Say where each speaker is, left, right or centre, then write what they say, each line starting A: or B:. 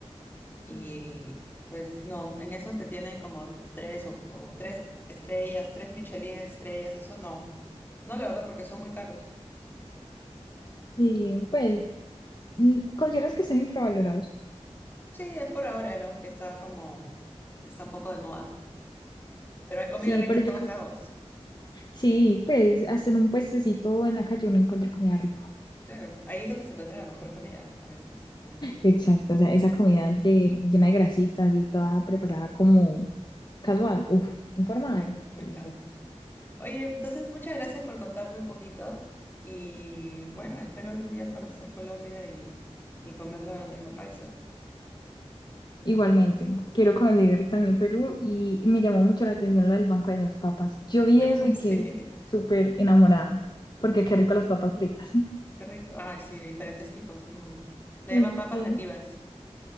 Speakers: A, on the left; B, on the left.
A: Y
B: Sí,
A: pues no, en esos que tienen como tres o, o tres estrellas, tres Michelin estrellas, eso no. No, la verdad, porque son muy caros.
B: Sí, pues, mm, ¿consideras que están infravalorados?
A: Sí, es por ahora, ¿no? Que está como, está un poco de moda. Pero hay comida
B: Sí,
A: rica
B: pero
A: en
B: yo
A: todos
B: creo,
A: lados.
B: sí, pues hasta en un puestecito en la calle uno encuentra comida rica.
A: Claro, ahí es donde se encuentra la mejor comida, a veces, en la calle.
B: Exacto, o sea, esa comida de, llena de grasitas y toda preparada
A: Sí.
B: como casual, uff, informal,
A: Me, me
B: delicioso.
A: encanta. Oye, entonces muchas gracias por contarme un poquito y bueno, espero algún día conocer Colombia y, y comer la bandeja paisa.
B: Igualmente, quiero conocer también Perú y me llamó mucho la atención lo del Banco de las Papas. Yo vi
A: <laughs>
B: eso y
A: Sí,
B: quedé súper enamorada, porque qué
A: dale,
B: rico las papas fritas. <laughs>
A: qué rico. Ay, sí, de diferentes tipos. mm. Le
B: Sí.
A: llaman papas
B: sí.
A: nativas.